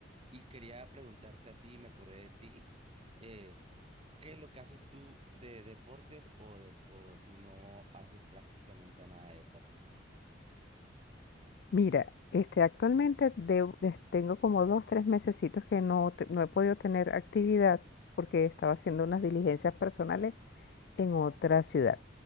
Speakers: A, on the right (about 35°); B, on the left (about 60°).
A: y quería preguntarte a ti, me acordé de ti. eh, ¿Qué es lo que haces tú de deportes o, de, o si no haces prácticamente nada de deportes?
B: Mira, este, actualmente de- des- tengo como dos, tres mesecitos que no, te- no he podido tener actividad porque estaba haciendo unas diligencias personales en otra ciudad.